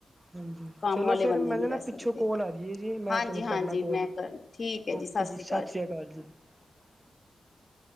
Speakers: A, on the right; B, on the left.
A: ਹਾਂਜੀ
B: ਕੰਮ
A: ਚਲੋ
B: ਵਾਲੇ
A: ਫਿਰ
B: ਬੰਦੇ
A: ਮੈਨੂੰ
B: ਨਹੀਂ ਰਹਿ
A: ਨਾ
B: ਸਕਦੇ
A: ਪਿੱਛੋਂ ਕੋਲ। ਕਰਲੀਏ ਜੀ ਮੈਂ
B: ਹਾਂਜੀ
A: ਤੁਹਨੂੰ
B: ਹਾਂਜੀ
A: ਕਰਨਾ ਕੋਲ,
B: ਮੈਂ ਕਰ ਠੀਕ ਹੈ
A: ਓਕੇ
B: ਸ਼੍ਰੀ
A: ਜੀ ਸਤਿ ਸ੍ਰੀ ਅਕਾਲ ਜੀ। <inaudible> <inaudible>